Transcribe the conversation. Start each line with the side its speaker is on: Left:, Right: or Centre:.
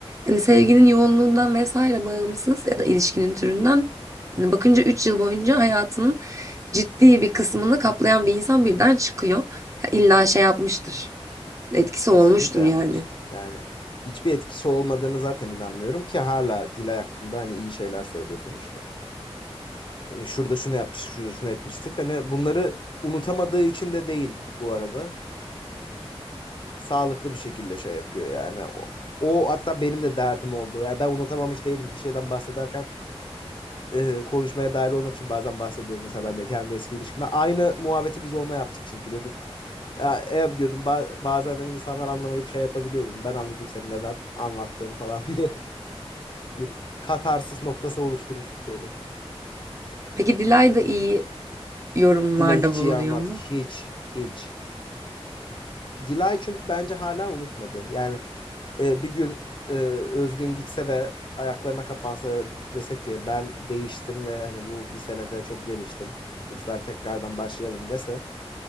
Right: Hani sevginin yoğunluğundan vesaire bağımsız ya da ilişkinin türünden hani bakınca 3 yıl boyunca hayatının ciddi bir kısmını kaplayan bir insan birden çıkıyor. Ha, İlla şey yapmıştır. Etkisi
Left: kesinlikle
Right: olmuştur
Left: yapmıştır
Right: yani.
Left: yani hiçbir etkisi olmadığını zaten inanmıyorum ki hala Dilay hakkında hani iyi şeyler söylüyor sonuçta. Hani şurada şunu yapmıştık, şurada şunu etmiştik. Hani bunları unutamadığı için de değil bu arada. sağlıklı bir şekilde şey yapıyor yani. O, o hatta benim de derdim oldu. Yani ben unutamamış değilim bir şeyden bahsederken e, konuşmaya dahil olmak için bazen bahsediyorum. Mesela ben de kendi eski ilişkimde. Aynı muhabbeti biz onunla yaptık çünkü dedim. Ya, ev diyordum ba- bazen hani insanlar anlamayıp şey yapabiliyor dedim. Ben anladım senin neden anlattığını falan diye <laughs> bir katarsis noktası oluşturmuştuk öyle.
Right: Peki Dilay da iyi yorumlarda
Left: Dilay hiç
Right: bulunuyor
Left: iyi anlat.
Right: mu?
Left: Hiç. Hiç. Dilay çünkü bence hala unutmadı. Yani e, bir gün e, Özgün gitse ve ayaklarına kapansa ve de- dese ki ben değiştim ve hani bu bir senede çok geliştim. Lütfen tekrardan başlayalım dese